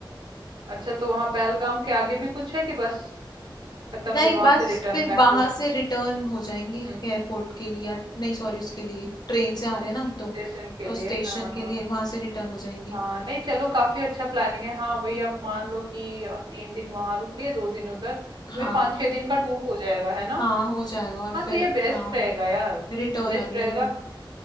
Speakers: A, on the right; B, on the left.
A: अच्छा तो वहां पहलगाम के आगे भी कुछ है कि बस खत्म
B: नहीं
A: फिर वहां
B: बस
A: से return
B: फिर
A: back
B: वहां
A: to home
B: से रिटर्न हो जाएंगे
A: Hmm
B: एयरपोर्ट के लिए या- नहीं सॉरी उसके लिए ट्रेन से आ रहे हैं ना हम
A: station
B: तो
A: के
B: तो
A: लिए
B: स्टेशन
A: हाँ हाँ
B: के लिए वहां से रिटर्न हो जाएंगे
A: हाँ नहीं चलो काफी अच्छा प्लानिंग है हाँ वही
B: हम्म।
A: आप मान लो कि अ, तीन दिन वहां रुक लिए दो दिन उधर
B: हाँ
A: तो ये पाँच छह दिन का टूर हो जाएगा है ना
B: हाँ हो जाएगा और
A: हाँ
B: फिर
A: तो ये बेस्ट
B: ना
A: रहेगा यार
B: रिटर्न
A: बेस्ट
B: अगले
A: रहेगा
B: दिन